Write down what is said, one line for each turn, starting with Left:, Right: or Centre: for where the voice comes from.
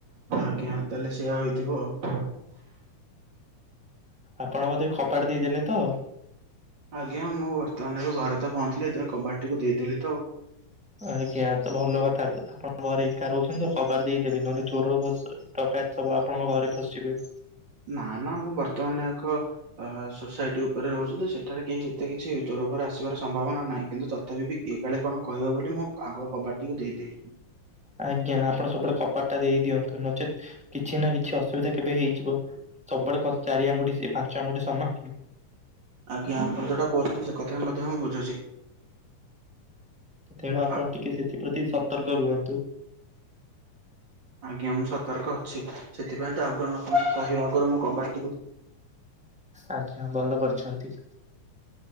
Right: ଆଜ୍ଞା ତାହେଲେ ସେୟଆ ହେଇଥିବ ଆଉ।
Centre: ଆପଣ ବୋଧେ ଖୋପାଢ଼ି ଦେଇଦେଲେ ତ।
Right: ଆଜ୍ଞା ମୁଁ ବର୍ତ୍ତମାନ ଘରେ ତ ପହଞ୍ଚିଲି ତ କବାଡ଼ି ଟିକୁ ଦେଇଦଥିଲି ତ।
Centre: ଆଜ୍ଞା ତ ଭଲ କଥା ଆପଣଙ୍କ ଘରେ ଏକା ରହୁଛନ୍ତି ତ କବାଟ ଦେଇଦେବେ ନହେଲେ ଚୋର ଟକାୟ ସବ ଆପଣଙ୍କ ଘରେ ପସିଜିବେ।
Right: ନା ନା ମୁଁ ବର୍ତ୍ତମାନ ଏକ ଅ ହ ସୋସାଇଟି ଉପରେ ରହୁଛି ସେଠାରେ କେହି ଏତେ କିଛି ଚୋରଫୋର ଆସିବାର ସମ୍ଭାବନା ନାହିଁ। କିନ୍ତୁ ତଥାପି ବି କାଳେ କଣ କହିବ ବୋଲି ମୁଁ ଆଗ କବାଟ ଟିକୁ ଦେଇଦେଲି।
Centre: ଆଜ୍ଞା ଆପଣ ସବୁବେଳେ କବାଟ କଟା ଦେଇ ଦିଅନ୍ତୁ ନଚେତ୍ କିଛି ନା କିଛି ଅସୁବିଧା କେବେ ହେଇଯିବ ସବୁବେଳେ କ ଚାରି ଆଙ୍ଗୁଠି ସେ ପାଞ୍ଚ ଆଙ୍ଗୁଠି ସମାନ।
Right: ଆଜ୍ଞା ଆପଣ ଯୋଉଟା କହୁଛନ୍ତି ସେ କଥା ମଧ୍ୟ ମୁଁ ବୁଝୁଛି।
Centre: ତେଣୁ ଆପଣ
Right: ଆପ-
Centre: ଟିକେ ସେଥିପ୍ରତି ସତର୍କ ରୁହନ୍ତୁ।
Right: ଆଜ୍ଞା ମୁଁ ସତର୍କ ଅଛି ସେଥିପାଇଁ ତ ଆଗଆ କହିବା ଆଗରୁ ମୁଁ କବାଟ
Centre: ଆଜ୍ଞା ଭଲ କରିଛନ୍ତି।